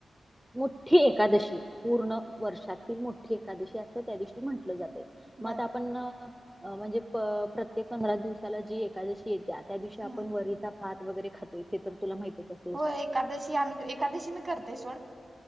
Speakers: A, in the centre; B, on the right.
A: मोठी एकादशी पूर्ण वर्षातील मोठी एकादशी असं त्या दिवशी म्हटलं जाते मग
B: बर
A: आपण म्हणजे प्रत्येक पंधरा दिवसाला जी एकादशी येते. त्या दिवशी
B: हम्म
A: आपण वरीचा भात वगैरे खातोय हे तर तुला माहितचत.
B: हो एकादशी आम्ही एकादशी मी करते सोड.